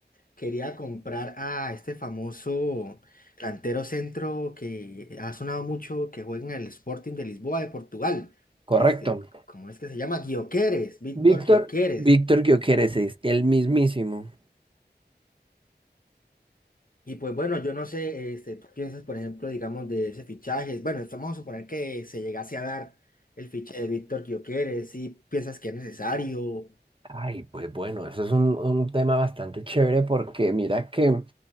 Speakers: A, on the left (about 50°); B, on the right (about 30°).
A: quería comprar a este famoso delantero centro que ha sonado mucho, que juega en el Sporting de Lisboa de Portugal.
B: correcto.
A: Este, ¿cómo es que se llama? Gyökeres, Víctor
B: Víctor,
A: Gyökeres.
B: Víctor Gioqueres es el mismísimo.
A: Y pues bueno, yo no sé, este, tú piensas, por ejemplo, digamos, de ese fichaje. Bueno, vamos a suponer que se llegase a dar el fichaje de Víctor Gyökeres, si piensas que es necesario.
B: ay, pues bueno, eso es un, un tema bastante chévere porque mira que en